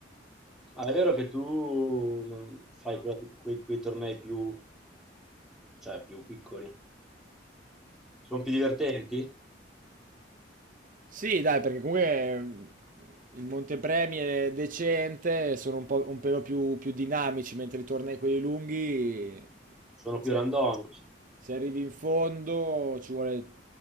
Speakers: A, in the centre; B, on the right (about 45°).
A: Ah, è vero che tu mh, fai que- quei, quei tornei più, cioè, più piccoli. Sono più divertenti?
B: Sì, dai, perché comunque mh, il Montepremi è decente, sono un po', un pelo più, più dinamici, mentre i tornei quelli lunghi...
A: Sono
B: se-
A: più randomici.
B: Se arrivi in fondo ci vuole